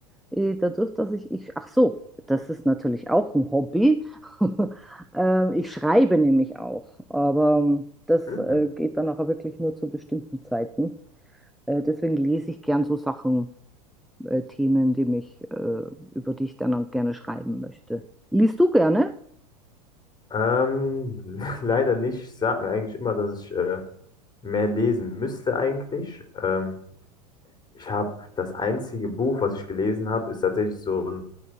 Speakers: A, in the centre; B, on the left.
A: Äh, Dadurch, dass ich, ich, ach so, das ist natürlich auch ein Hobby. <laughs> Ähm, ich schreibe nämlich auch, aber ähm, das
B: Mhm.
A: äh, geht dann auch wirklich nur zu bestimmten Zeiten. Äh, deswegen lese ich gern so Sachen, äh, Themen, die mich, äh, über die ich dann auch gerne schreiben möchte. Liest du gerne?
B: Ähm, <laughs> leider nicht. Ich sag mir eigentlich immer, dass ich äh, mehr lesen müsste eigentlich. Ähm, ich habe das einzige Buch, was ich gelesen habe, ist tatsächlich so ein